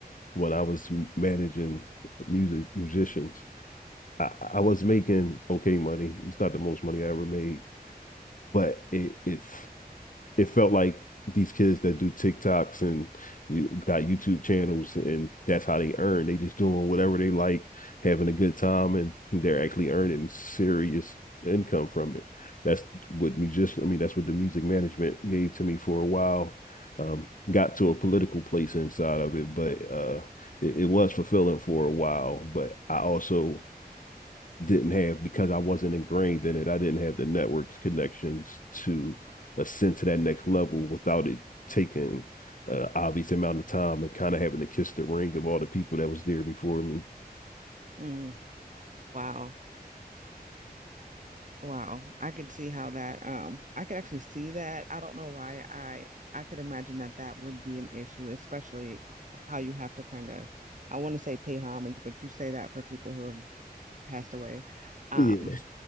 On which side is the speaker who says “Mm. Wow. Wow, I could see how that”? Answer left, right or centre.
Right